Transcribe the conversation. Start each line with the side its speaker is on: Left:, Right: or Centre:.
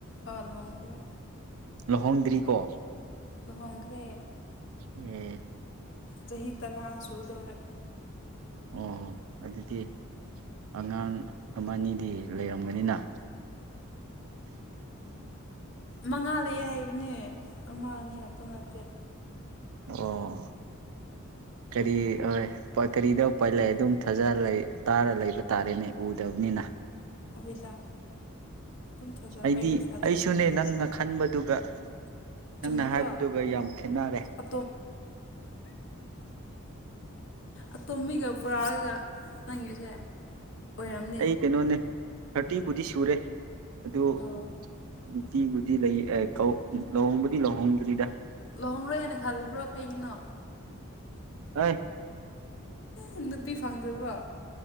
Left: ꯑꯣ ꯂꯨꯍꯣꯡꯈꯔꯦ꯫
Right: ꯂꯨꯍꯣꯡꯗ꯭ꯔꯤꯀꯣ꯫
Left: ꯂꯨꯍꯣꯡꯈ꯭ꯔꯦ
Right: ꯎꯝ
Left: ꯆꯍꯤ ꯇꯔꯥ ꯁꯨꯗꯧꯔꯦ꯫
Right: ꯑꯣꯍꯣ ꯑꯗꯨꯗꯤ ꯑꯉꯥꯡ ꯑꯃꯅꯤꯗꯤ ꯂꯩꯔꯝꯒꯅꯤꯅ꯫
Left: ꯃꯉꯥ ꯂꯩꯑꯦ ꯍꯥꯏꯕꯅꯦ ꯑꯃ ꯑꯅꯤ ꯈꯥꯛꯇ ꯅꯠꯇꯦ꯫
Right: ꯑꯣ ꯀꯔꯤ ꯍꯣꯏ꯫ <unintelligible> ꯑꯗꯨꯝ ꯐꯖ ꯇꯥꯔ ꯂꯩꯕ ꯇꯥꯔꯦꯅꯦ ꯎꯗꯕꯅꯤꯅ꯫
Left: ꯑꯩꯈꯣꯏꯗ ꯑꯗꯨꯝ ꯊꯥꯖ
Right: ꯑꯩꯗꯤ
Left: ꯑꯩꯁꯨ ꯊꯥꯖꯕꯤꯒꯅꯦ꯫
Right: ꯑꯩꯁꯨꯅꯦ ꯅꯪꯅ ꯈꯟꯕꯗꯨꯒ ꯅꯪꯅ
Left: ꯆꯨꯝꯃꯦ ꯀꯣ
Right: ꯍꯥꯏꯕꯗꯨꯒ ꯌꯥꯝ ꯈꯦꯠꯅꯔꯦ
Left: ꯑ ꯑꯇꯣꯝꯕꯤꯒ ꯄꯨꯔꯛꯑꯒ ꯅꯪꯒꯤꯁꯦ ꯑꯣꯏꯔꯝꯅꯤ
Right: ꯑꯩ ꯀꯩꯅꯣꯅꯦ꯫ ꯊꯥꯔꯇꯤꯕꯨꯗꯤ ꯁꯨꯔꯦ ꯑꯗꯨ
Left: ꯑꯣ
Right: ꯅꯨꯡꯄꯤꯕꯨꯗꯤ ꯂꯩ ꯂꯨꯍꯣꯡꯕꯨꯗꯤ ꯂꯨꯍꯣꯡꯗ꯭ꯔꯤꯗ꯫
Left: ꯂꯨꯍꯣꯡꯡꯂꯣꯏꯅ ꯈꯜꯂꯕ꯭ꯔꯣ ꯀꯩꯒꯤꯅꯣ꯫
Right: ꯑꯩ
Left: ꯑꯦ ꯅꯨꯄꯤ ꯐꯪꯗ꯭ꯔꯕꯣ꯫